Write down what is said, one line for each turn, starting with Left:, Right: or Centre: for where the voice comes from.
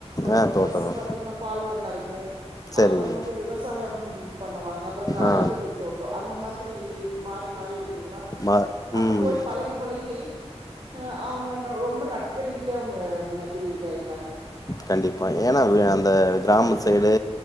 Right: அ
Left: ஆ தோட்டந்தா
Right: ஃபஸ்ட்டு பாத்தீங்ன்னா பால் பண்ண ருக் கு
Left: சரிங்க
Right: அப்புறோ வந்து விவசாயம் பண்ணுவாங்க அப்புற காய்கறிகள்
Left: ஆ
Right: தோட்டோ அந்த மாதிரி மாறி மாறி இருக்குங்ளா
Left: ம
Right: அப்டி
Left: ம்
Right: போய் பழகி பழகி அ அவுங்க ந ரொம்ப நட்பு ரீதியா அவுங்க இந்த மாதிரி இதாயிட்டாங்க
Left: கண்டிப்பா ஏன்னா <unintelligible> அந்த க்ராம சைடு